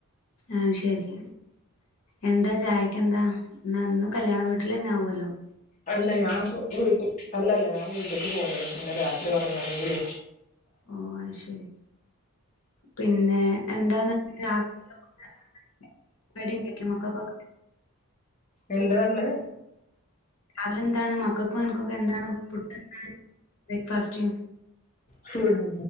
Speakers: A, on the left; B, on the left.
A: ആത് ശരി എന്താ ചായക്കെന്താ ഇന്ന് ഇന്ന് കല്യാണ വീട്ട്ൽ ലന്നെ ആവൊല്ലോ
B: അല്ല ഞാപ്പോ വീട്ട് അല്ലല്ല ഞാൻ വീട്ട്ക്ക് പോന്ന്ണ് പിന്നെ രാത്രി ഒറങ്ങണങ്കിലെ
A: ഓഹ് അത് ശരി പിന്നെ എന്താന്ന്ട്ട് രാവി <unintelligible> കടിണ്ടാക്യേ മക്കക്കൊ
B: എന്താ പർണ്
A: രാവിലെ എന്താണ് മക്കക്കും അ നക്കൊക്കെ എന്താണ് ഫുഡ് എന്താണ് ബ്രേക്ക്ഫാസ്റ്റ്
B: ഫുഡ്